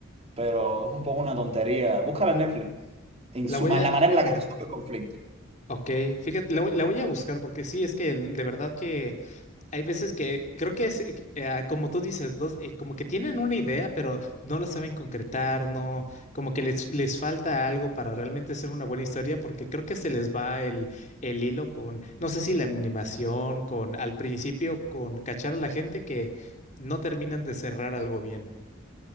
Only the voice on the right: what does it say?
pero es un poco una tontería. Búscala en Netflix. En
su
ma-
la manera en la que resuelve el conflicto.